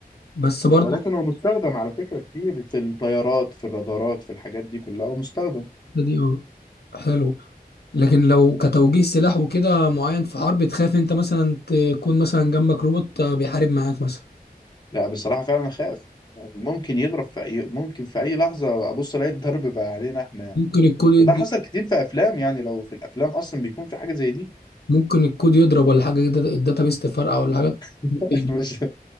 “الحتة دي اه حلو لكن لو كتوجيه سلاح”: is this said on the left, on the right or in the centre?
Left